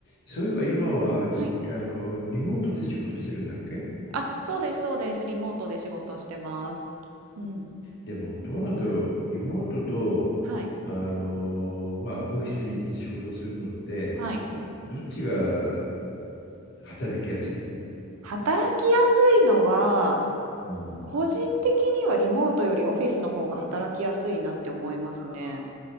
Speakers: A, on the left (about 50°); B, on the right (about 80°).
A: そういえば今は、あ
B: はい。
A: の、リモートで仕事してるんだっけ
B: あ、そうです、そうです。リモートで仕事してます。うん。
A: でも、どうなんだろう。リモートと、
B: はい。
A: あの、まあ、オフィスに行って仕事するのって、
B: はい。
A: どっちが働きやすい
B: 働きやすいのは、
A: うん。
B: 個人的にはリモートよりオフィスの方が働きやすいなって思いますね。